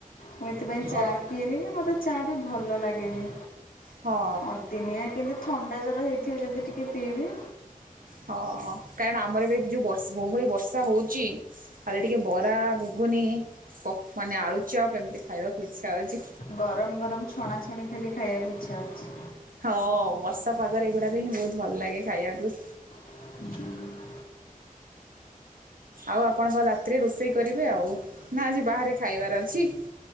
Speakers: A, on the left (about 85°); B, on the right (about 70°).
A: ମୁଁ ଏଥିପାଇଁ ଚା
B: ଓ
A: ପିଏନି କି ମୋତେ ଚା ବି ଭଲ ଲାଗେନି
B: ହଁ
A: ଅଦିନିଆ କେବେ ଥଣ୍ଡା ଜର ହେଇଥିବ ଯଦି ଟିକିଏ ପିଇବି।
B: ହଁ କାରଣ ଆମର ବି ଯୋଉ ବଷ ଯୋଉଭଳି ଆ ବର୍ଷା ହଉଚି ଖାଲି ଟିକେ ବରା ଘୁଗୁନି ପ ମାନେ ଆଳୁ ଚପ ଏମିତି ଖାଇବାକୁ ଇଚ୍ଛା ହଉଚି।
A: ଗରମ ଗରମ ଛଣାଛଣି ଖାଲି ଖାଇବାକୁ ଇଚ୍ଛା ହଉଚି।
B: ହଁ ବର୍ଷା ପାଗରେ ଏଗୁଡାକ ହିଁ ବହୁତ ଭଲ ଲାଗେ ଖାଇବାକୁ।
A: ହୁଁ।
B: ଆଉ ଆପଣଙ୍କ ରାତିରେ ରୋଷେଇ କରିବେ ଆଉ ନା ଆଜି ବାହାରେ ଖାଇବାର ଅଛି।